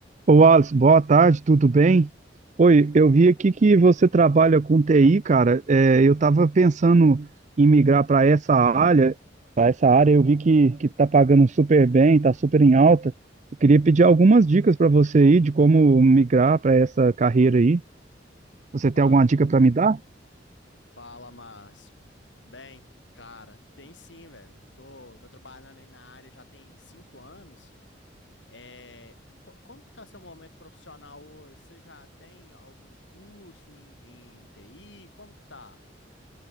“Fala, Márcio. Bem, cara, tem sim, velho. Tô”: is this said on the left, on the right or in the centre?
Left